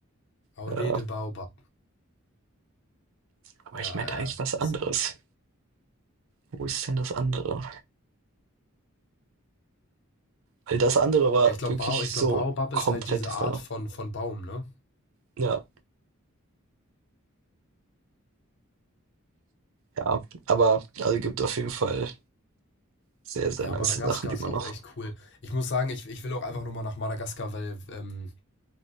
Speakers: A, on the left; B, on the right.
A: Allee
B: Ja,
A: de Baobab.
B: aber
A: Ja,
B: ich meinte
A: ja.
B: eigentlich was
A: Das
B: anderes.
A: Ist,
B: Wo ist denn das andere? Weil das andere war
A: ja ich glaube,
B: wirklich
A: Bao, ich
B: so
A: glaub, Baobab
B: komplette
A: ist halt diese
B: Falle.
A: Art von, von Baum, ne?
B: Ja, ja. Aber also gibt auf jeden Fall sehr, sehr
A: Ja,
B: nice
A: Madagaskar
B: Sachen, die
A: ist
B: man
A: auch
B: noch
A: echt cool. Ich muss sagen, ich, ich will auch einfach nur mal nach Madagaskar, weil ähm,